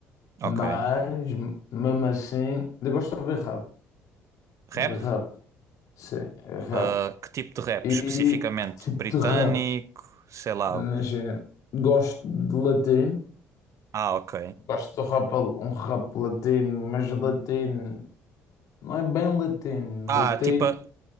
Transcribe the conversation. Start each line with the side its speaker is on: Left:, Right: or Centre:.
Left: mas
Right: Ok.
Left: mesmo assim, eu gosto de ouvir rap. De
Right: Rap?
Left: Rap, sim, é rap.
Right: Ah, que tipo de rap
Left: E
Right: especificamente?
Left: que tipo
Right: Britânico?
Left: de rap?
Right: Sei lá.
Left: Imagina,
Right: o-
Left: gosto de latino,
Right: Ah, ok.
Left: gosto de rap, um rap latino, mas latino, não é bem latino,
Right: Ah,
Left: latino,
Right: tipo, a-